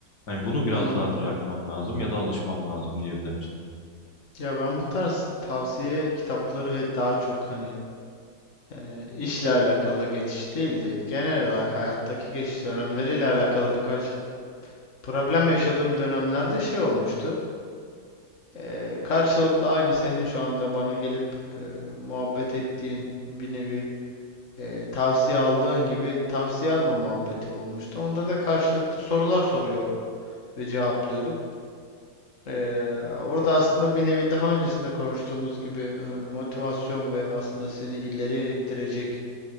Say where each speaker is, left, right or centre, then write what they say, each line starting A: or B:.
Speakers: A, on the left; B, on the left.
A: Hani bunu biraz
B: Anladım.
A: daha düzeltmem lazım ya da alışmam lazım diyebilirim sana.
B: Ya ben bu tarz tavsiye kitapları ve daha çok hani e, işle alakalı geçiş değil de genel olarak hayattaki geçiş dönemleriyle alakalı birkaç problem yaşadığım dönemlerde şey olmuştu. Ee, karşılıklı aynı senin şu anda bana gelip e, muhabbet ettiğin bir nevi e, tavsiye aldığın gibi tavsiye alma muhabbeti olmuştu. Onda da karşılıklı sorular soruyor ve cevaplıyorduk. Eee, orada aslında bir nevi daha öncesinde konuştuğumuz gibi hani motivasyon ve aslında seni ileriye ittirecek